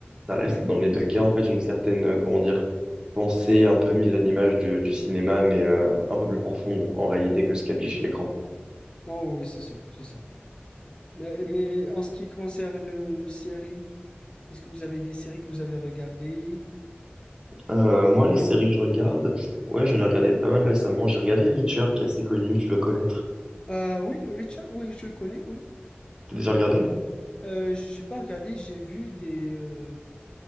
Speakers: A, on the right (about 20°); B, on the left (about 20°).
A: ça
B: Ouais.
A: reste dans les deux cas en fait une certaine, euh, comment dire, pensée un peu mise à l'image de- du cinéma, mais euh, un peu plus profonde en réalité que ce qu'affiche l'écran.
B: Oh, oui, c'est ça, c'est ça. Mais, mais en ce qui concerne euh, séries, est-ce que vous avez des séries que vous avez regardées?
A: Euh, moi, les séries que je regarde, ouais, je les regardais pas mal récemment. J'ai regardé Reacher qui est assez connu, tu dois connaître.
B: Euh, oui, Richard, oui, je le connais, oui.
A: T'as déjà regardé?
B: Euh, j'ai pas regardé, j'ai vu des, euh,